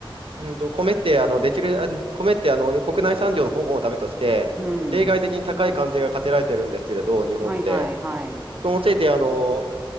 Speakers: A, on the right; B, on the right.
A: うんと、米って、あの、できる、あの、米って、あの、国内産業の保護のためとして、
B: うん。
A: 例外的に高い関税が課せられてるんですけれど、日本って。
B: はいはいはい。
A: そのせいで、あの、